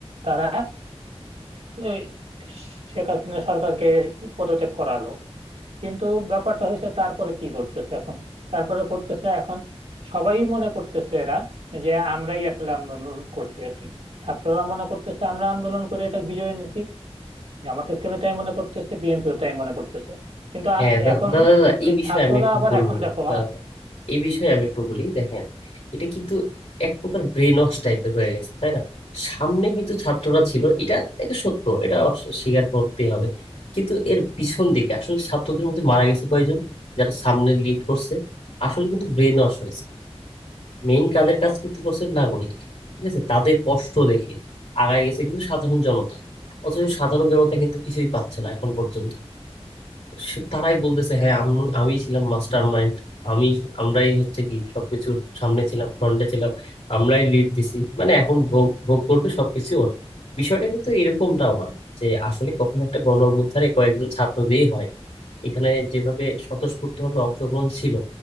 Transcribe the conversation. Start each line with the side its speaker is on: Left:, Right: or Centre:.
Right: তারা এই শেখ হাসিনা সরকারকে পদত্যাগ করালো কিন্তু ব্যাপারটা হয়েছে তারপরে কি ঘটতেছে এখন তারপরে ঘটতেছে এখন সবাই মনে করতেছে এরা যে আমরাই আসলে আন্দোলন করছি আর কি ছাত্ররা মনে করতেছে আমরা আন্দোলন করে এটা বিজয় এনেছি জামাত ইসলামী তাই মনে করতেছে বিএনপিও তাই মনে করতেছে কিন্তু
Left: হ্যাঁ
Right: আ-
Left: দা-
Right: এখন
Left: দাদা দাদা, এই
Right: এই
Left: বিষয়ে
Right: ছাত্ররা
Left: আমি একটু
Right: আবার
Left: বলবো
Right: এখন দেখো
Left: দাদা, এই বিষয়ে আমি একটু বলি দেখেন এটা কিন্তু এক প্রকার ব্রেন ওয়াশ টাইপের হয়ে গেছে তাই না সামনে কিন্তু ছাত্ররা ছিল এটা এটা সত্য এটা অস- স্বীকার করতেই হবে কিন্তু এর পিছন দিকে আসলে ছাত্রদের মধ্যে মারা গেছে কয়জন যারা সামনে লিড করছে আসলে কিন্তু ব্রেন ওয়াশ হয়েছে। মেইন কাজের কাজ কিন্তু করছে নাগরিক ঠিক আছে তাদের কষ্ট দেখে আগায় গেছে কিন্তু সাধারণ জনতা অথচ সাধারণ জনতা কিন্তু কিছুই পাচ্ছে না এখন পর্যন্ত সে- তারাই বলতেছে হ্যাঁ আমি আমি ছিলাম মাস্টার মাইন্ড আমি আমরাই হচ্ছে কি সবকিছুর সামনে ছিলাম ফ্রন্টে ছিলাম আমরাই লিড দিছি মানে এখন ভোগ ভোগ করবে সবকিছু ওরা বিষয়টা কিন্তু এরকমটাও না যে আসলে কখনো একটা গণ অভ্যুত্থানে কয়েকজন ছাত্র দিয়ে হয় এখানে যেভাবে স্বতঃস্ফূর্তভাবে অংশগ্রহণ ছিল